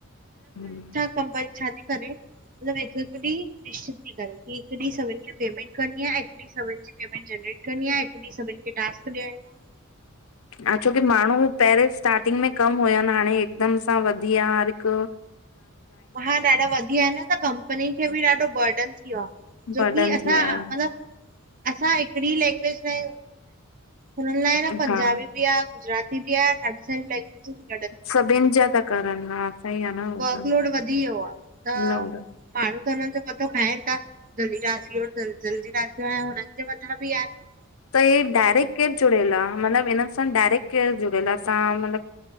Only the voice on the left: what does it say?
हुं
ह छोकी माण्हू पहिरियोें स्टार्टिंग में कमु हुयनि, हाणे हिकदम सां वधीया हरि को
बर्डन
थी वियो आहे
हा
सभिनि जा था करन, हा सही आहे न। हो
त
न
त इ डायरेक्ट केर जुड़ियल आ, मतलब इनन सां डायरेक्ट केर जुड़ियल आ। तव्हां मतलबु